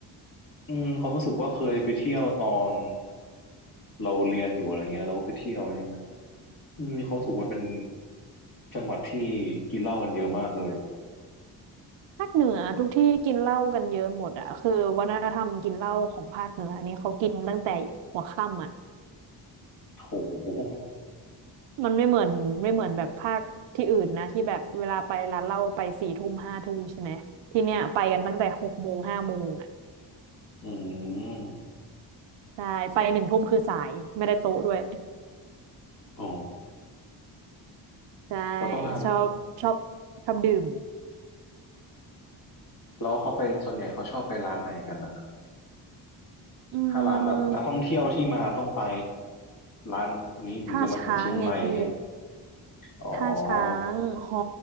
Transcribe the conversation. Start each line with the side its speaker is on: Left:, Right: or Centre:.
Left: อืมความรู้สึกว่าเคยไปเที่ยวตอนเราเรียนอยู่อะไรเงี้ยเราก็ไปเที่ยวใช่ไหมอืมมีความรู้สึกว่ามันเป็นจังหวัดที่กินเหล้ากันเยอะมากเลย
Right: ภาคเหนือทุกที่กินเหล้ากันเยอะหมดอะคือวัฒนธรรมกินเหล้าของภาคเหนืออันนี้เขากินตั้งแต่หัวค่ำอะ
Left: โห
Right: มันไม่เหมือนไม่เหมือนแบบภาคที่อื่นนะที่แบบเวลาไปร้านเหล้าไปสี่ทุ่มห้าทุ่มใช่ไหมที่เนี้ยไปกันตั้งแต่หกโมงห้าโมงอ่ะ
Left: อืม
Right: ใช่ไปหนึ่งทุ่มคือสายไม่ได้โต๊ะด้วย
Left: อ๋อ
Right: ใช่
Left: เราต้องท
Right: ชอบชอบชอบดื่ม
Left: ำแล้วเขาไปส่วนใหญ่เขาชอบไปร้านไหนกันนะ
Right: อืม
Left: ถ้าร้านแบบนักท่องเที่ยวที่มาต้องไปร้านนี้ถึงจะมาถึงเชียงใหม่เงี้ย
Right: ท่าช้างไงพี่
Left: อ๋อ
Right: ท่าช้างฮอ